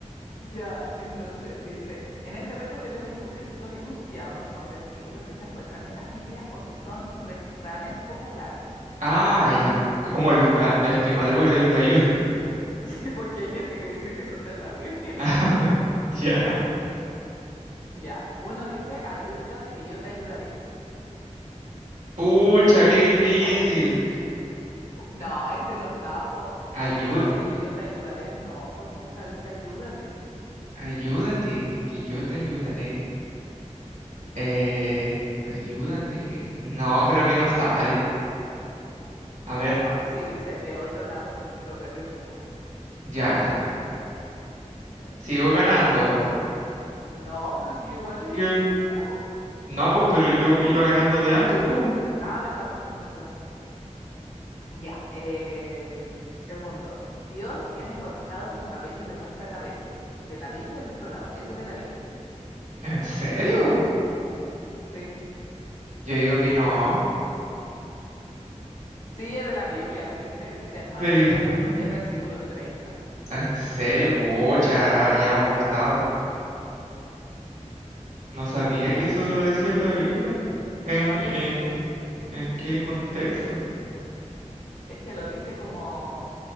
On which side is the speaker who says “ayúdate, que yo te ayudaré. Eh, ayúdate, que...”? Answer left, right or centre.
Right